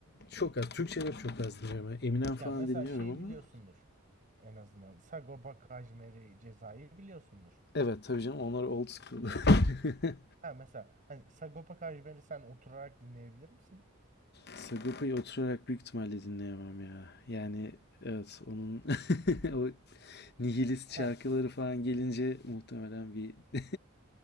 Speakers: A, on the left; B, on the right.
A: çok az. Türkçe rap çok az dinliyorum. Yani Eminem falan
B: Ya mesela
A: dinliyorum
B: şeyi
A: ama
B: biliyorsundur en azından Sagopa Kajmer'i Ceza'yı biliyorsundur.
A: evet tabii canım onlar old school. <laughs>
B: Ha mesela hani Sagopa Kajmer'i sen oturarak dinleyebilir misin?
A: Sagopa'yı oturarak büyük ihtimalle dinleyemem ya. Yani evet onun <laughs> o nihilist
B: Ha,
A: şarkıları falan gelince muhtemelen bir... <laughs>